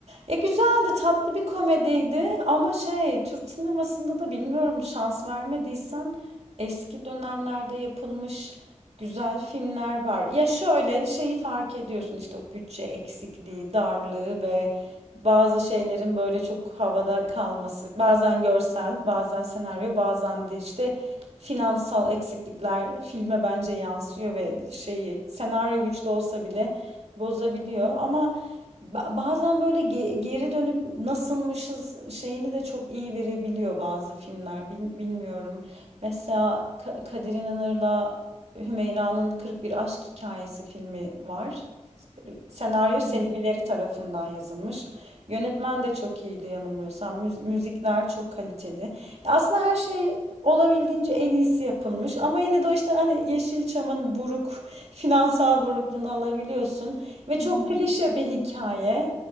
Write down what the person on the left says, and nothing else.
Hı hı.
<laughs>